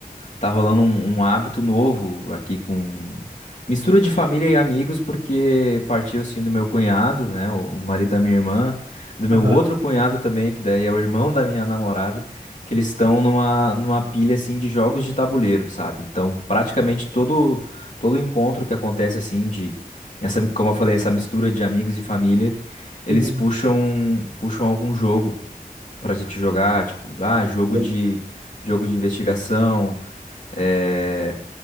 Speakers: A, on the left; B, on the right.
A: tá rolando um, um hábito novo aqui com mistura de família e amigos, porque partiu, assim, do meu cunhado, né, o, o marido da minha irmã, do meu
B: Aham.
A: outro cunhado também, que daí é o irmão da minha namorada, que eles estão numa, numa pilha, assim, de jogos de tabuleiro, sabe? Então, praticamente todo, todo encontro que acontece, assim, de, essa, como eu falei, essa mistura de amigos e família, eles
B: Uhum.
A: puxam, puxam algum jogo pra gente jogar, tipo, ah, jogo
B: Sim.
A: de jogo de investigação, é,